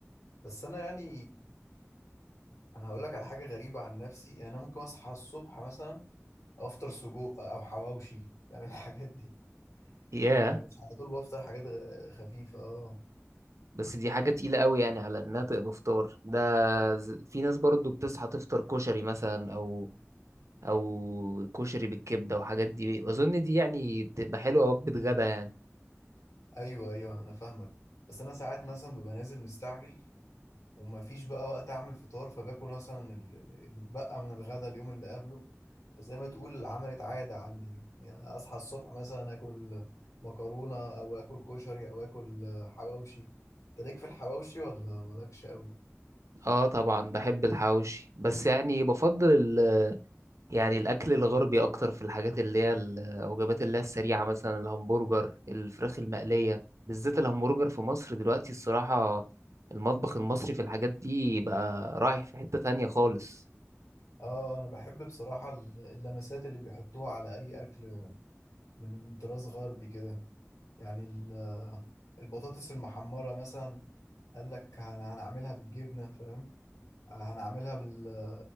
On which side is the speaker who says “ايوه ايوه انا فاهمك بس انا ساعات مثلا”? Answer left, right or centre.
Left